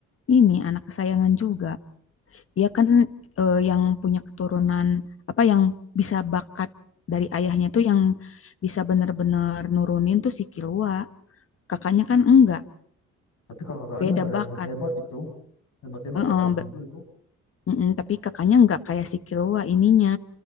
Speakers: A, on the left; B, on the left.
A: ini anak kesayangan juga. Dia kan eh, yang punya keturunan apa yang bisa bakat dari ayahnya tuh yang bisa bener-bener nurunin tuh si Killua. Kakaknya kan enggak,
B: Tapi kakak-kakaknya
A: beda
B: pada
A: bakat.
B: hebat-hebat itu. Hebat-hebat
A: Heeh,
B: kakaknya
A: be-
B: juga itu.
A: mm-mm, tapi kakaknya enggak kayak si Killua ininya